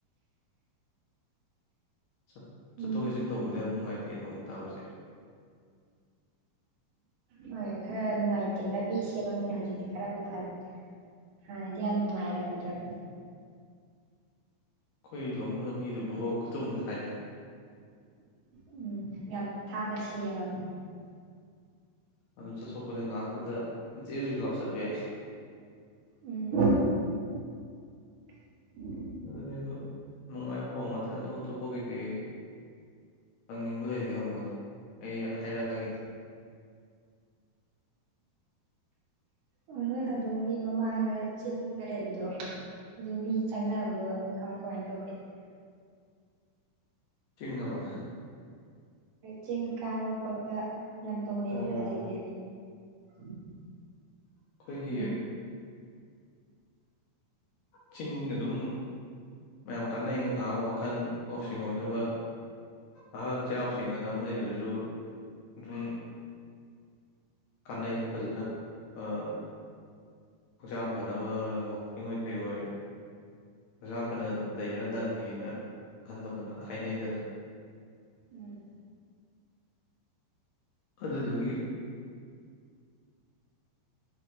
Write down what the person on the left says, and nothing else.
ꯆꯠ
ꯆꯠꯊꯣꯛ ꯆꯠꯁꯤꯟ ꯇꯧꯕꯗ ꯌꯥꯝ ꯅꯨꯡꯉꯥꯏ ꯇꯦ ꯅꯣꯡ ꯇꯥꯕꯖꯦ
ꯑꯈꯣꯏ <unintelligible> ꯂꯝꯕꯤꯗꯨ <unintelligible> ꯈꯨꯇꯨꯝꯃꯨꯛ ꯊꯥꯏꯅꯦ꯫
ꯑꯗꯨ ꯆꯠꯊꯣꯛꯄꯗ ꯉꯥꯏꯍꯥꯛꯇꯗ <unintelligible>
ꯑꯗꯨꯅꯤꯗꯨ ꯅꯨꯡꯉꯥꯏꯕ ꯄꯥꯎ ꯉꯥꯛꯇꯅꯤ ꯑꯗꯨ ꯑꯇꯣꯞꯄ ꯀꯩꯀꯩ ꯍꯪꯅꯤꯡꯕ ꯂꯩꯔꯗꯤ ꯍꯪꯉꯨꯅꯦ ꯑꯩ ꯍꯥꯏꯔꯛꯑꯒꯦꯅꯦ
ꯆꯤꯡ ꯑꯕ
ꯑꯣ
ꯑꯈꯣꯏꯒꯤ
ꯆꯤꯡ ꯑꯗꯨꯝ ꯃꯌꯥꯝ ꯀꯥꯅꯩ ꯉꯥꯏꯍꯥꯛ ꯋꯥꯈꯟ ꯂꯧꯁꯤꯡ ꯑꯣꯏꯅꯕ ꯑꯥ ꯆꯩꯔꯥꯎꯆꯤꯡ ꯑꯅ ꯑꯃ ꯂꯩꯕꯗꯁꯨ ꯑꯗꯨꯝ ꯀꯥꯟꯅꯩ ꯐꯖꯅ ꯑꯥ ꯍꯛꯆꯥꯡ ꯐꯅꯕ ꯋꯀꯤꯡ ꯑꯣꯏ ꯀꯩ ꯑꯣꯏ ꯍꯛꯆꯥꯡ ꯐꯅ ꯂꯩꯕꯅ ꯂꯟꯅꯤꯅ ꯑꯍꯜ ꯂꯃꯟ ꯍꯥꯏꯅꯩꯗꯅ
ꯑꯗꯨꯗꯨꯒꯤ